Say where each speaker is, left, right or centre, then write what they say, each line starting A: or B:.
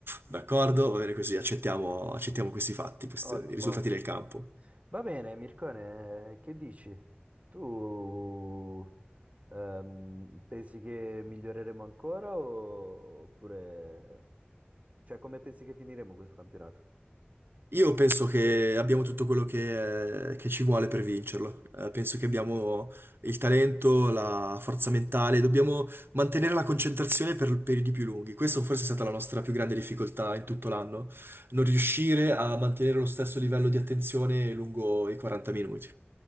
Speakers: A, on the right; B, on the right.
A: d'accordo, va bene così, accettiamo, accettiamo questi fatti, questi,
B: Ottimo,
A: i risultati
B: ottimo.
A: del campo.
B: Va bene, Mircone, che dici? Tu ehm, pensi che miglioreremo ancora o- oppure... Cioè, come pensi che finiremo questo campionato?
A: Io penso che abbiamo tutto quello che, che ci vuole per vincerlo. Eh, penso che abbiamo il talento, la forza mentale, dobbiamo mantenere la concentrazione per periodi più lunghi. Questa forse è stata la nostra più grande difficoltà in tutto l'anno, non riuscire a mantenere lo stesso livello di attenzione lungo i 40 minuti.